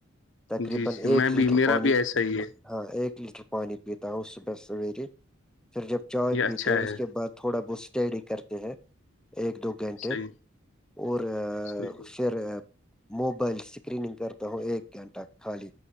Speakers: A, in the centre; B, on the left.
A: تقریبا
B: جی جی
A: ایک
B: میں
A: لیٹر
B: بھی میرا
A: پانی
B: بھی ایسا ہی ہے
A: ہاں ایک لیٹر پانی پیتا ہوں صبح سویرے پھر جب چائے
B: یہ اچھا
A: پیتے ہیں اس
B: ہے
A: کے بعد تھوڑا بہت اسٹڈی کرتے ہیں ایک دو گھنٹے
B: صحیح
A: اور
B: صحیح بات
A: پھر موبائل اسکریننگ کرتا ہوں ایک گھنٹہ خالی